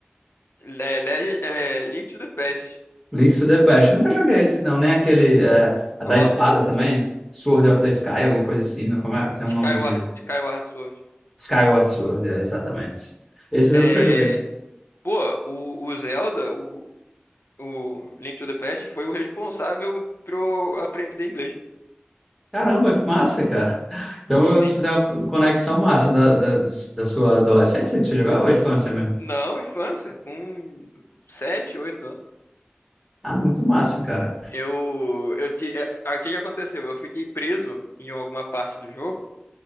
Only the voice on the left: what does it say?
é, Legend, é, Link to the Past.
Nossa,
Skyward,
Skyward Sword.
É,
pô, o, o Zelda, o, o Link to the Past foi o responsável pra eu aprender inglês.
Sim.
Não, infância, com sete oito anos.
Eu, eu, ti- é, aí o que que aconteceu? Eu fiquei preso em alguma parte do jogo